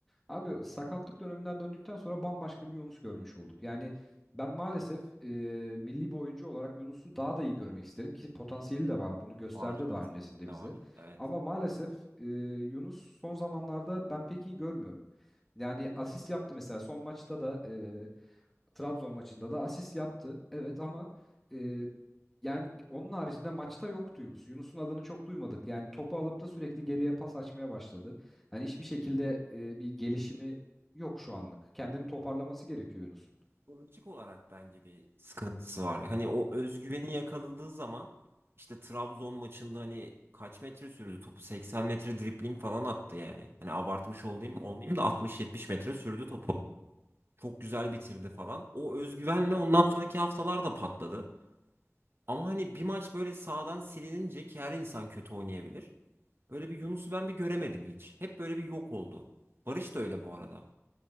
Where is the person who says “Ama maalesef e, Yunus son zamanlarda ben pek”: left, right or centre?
Centre